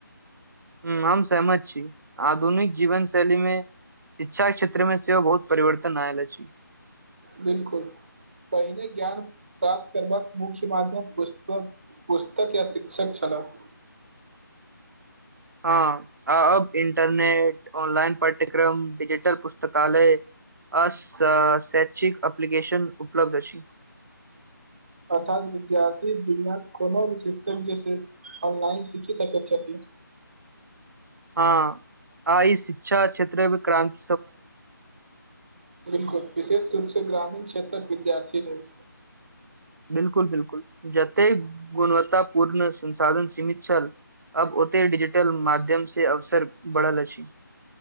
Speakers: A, on the right (about 60°); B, on the right (about 35°).
A: हूँ हम सहमत छी आधुनिक जीवन शैलीमे शिक्षा क्षेत्रमे सेहो बहुत परिवर्तन आएल अछि
B: बिल्कुल पहिने ज्ञान प्राप्त करबाक मुख्य माध्यम पुष्पक-पुस्तक या शिक्षक छलाह
A: हाँ आ-अब इंटरनेट ऑनलाइन पाठ्यक्रम डिजिटल पुस्तकालय अस-शैक्षिक अ- एप्लिकेशन उपलब्ध अछि
B: अर्थात विद्यार्थी दुनियाक कोनो भी सिस्टमके ऑनलाइन सीखि सकैत छथिन
A: हाँ आ ई शिक्षा क्षेत्रमे क्रान्ति
B: बिल्कुल विशेष रूप से ग्रामीण क्षेत्रक विद्यार्थी लेल
A: बिल्कुल बिल्कुल जतेक गुणवत्तापूर्ण संसाधन सीमित छल आब ओतेक डिजिटल माध्यमसे अवसर बढ़ल अछि